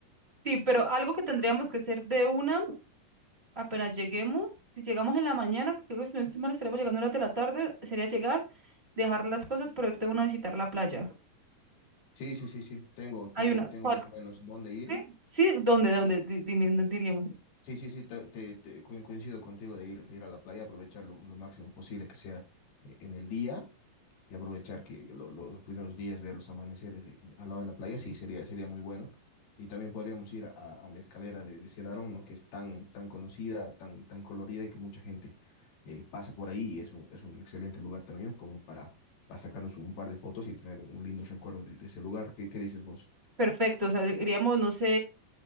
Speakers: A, on the right; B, on the left.
A: sí, pero algo que tendríamos que hacer de una, apenas lleguemos, si llegamos en la mañana, que creo que si no estoy mal, estaremos llegando a horas de la tarde, sería llegar, dejar las cosas, pero irte de una a visitar la playa.
B: Sí, sí, sí, sí. Tengo,
A: Hay
B: tengo,
A: una,
B: tengo
A: ¿cuál?
B: más o menos dónde ir.
A: Sí, sí, ¿dónde, dónde di- di- diríamos?
B: Sí, sí, sí, te, te- te- co- coincido contigo de ir, de ir a la playa, aprovechar lo, lo máximo posible que sea eh, en el día. y aprovechar que lo- lo- los primeros días, ver los amaneceres eh, eh, al lado de la playa, sí, sería, sería muy bueno. Y también podríamos ir a, a la escalera de, de Celarón, ¿no? Que es tan, tan conocida, tan, tan colorida y que mucha gente eh, pasa por ahí y es un, es un excelente lugar también como para, para sacarnos un par de fotos y tener un lindo recuerdo de, de ese lugar. ¿Qué, qué dices vos?
A: Perfecto, o sea, diríamos, no sé,